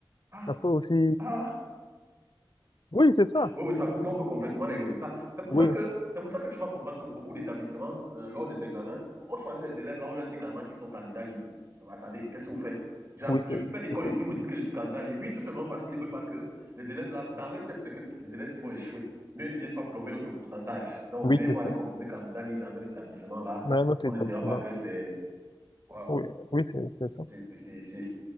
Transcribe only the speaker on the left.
ça peut aussi,
oui, c'est ça.
Oui,
oui,
c'est
c'est ça.
Oui,
c'est
ça.
Ouais, notre
établissement.
Oui, oui, c'est c'est ça.